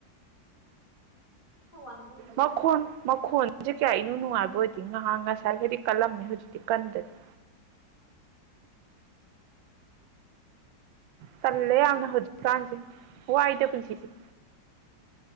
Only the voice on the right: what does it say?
ꯃꯈꯨꯟ ꯃꯈꯨꯟꯦ ꯀꯌꯥ ꯀꯅꯨ ꯅꯨꯡꯉꯥꯏꯕ ꯑꯣꯏꯗꯤ ꯉꯍꯥꯛ ꯉꯁꯥꯏ ꯍꯥꯏꯗꯤ ꯀꯜꯂꯝꯃꯦ ꯍꯧꯖꯤꯛꯇꯤ ꯀꯟꯗꯔꯤꯦ ꯇꯜꯂꯦ ꯌꯥꯝꯅ ꯍꯧꯖꯤꯀꯥꯟꯁꯦ ꯍ ꯑꯏꯗ ꯄꯨꯂꯤꯁꯤꯁꯤꯦ